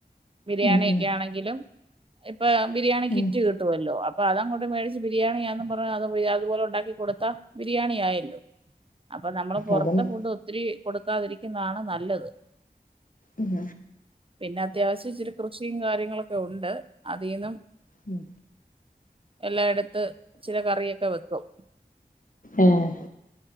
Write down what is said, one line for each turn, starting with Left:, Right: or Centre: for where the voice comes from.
Right: ബിരിയാണി
Left: ഉം
Right: ഒക്കെ
Left: ഉം
Right: ആണെങ്കിലും ഇപ്പൊ ബിരിയാണി കിറ്റ്
Left: ഉം
Right: കിട്ടും കിട്ടുമല്ലോ അപ്പൊ അതങ്ങോട്ട് മേടിച്ച് ബിരിയാണിയാണെന്നും പറഞ്ഞാ അതുപോലെ ഒണ്ടാക്കി കൊടുത്താ ബിരിയാണി ആയല്ലോ അപ്പൊ നമ്മള് പൊറത്തെ
Left: അതുണ്ട്
Right: ഫുഡ് ഒത്തിരി കൊടുക്കാതിരിക്കുന്നതാണ് നല്ലത്
Left: ഉം
Right: പിന്നെ അത്യാവശ്യം ഇച്ചിരി കൃഷിയും കാര്യങ്ങളൊക്കെ ഒണ്ട് അതിന്നും-
Left: ഉം
Right: എല്ലാം എടുത്ത് ഇച്ചിരെ കറിയൊക്കെ വെക്കും
Left: ഏയെ